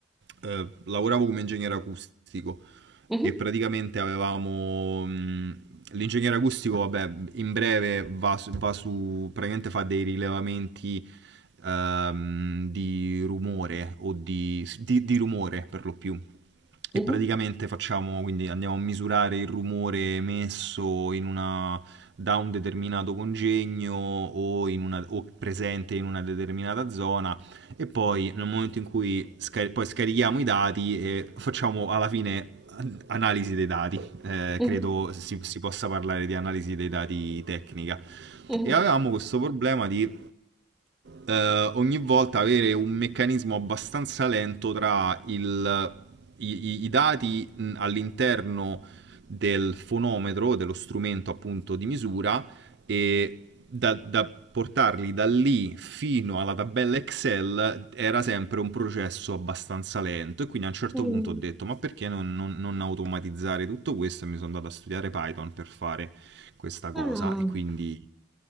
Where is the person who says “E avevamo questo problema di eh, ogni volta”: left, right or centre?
Right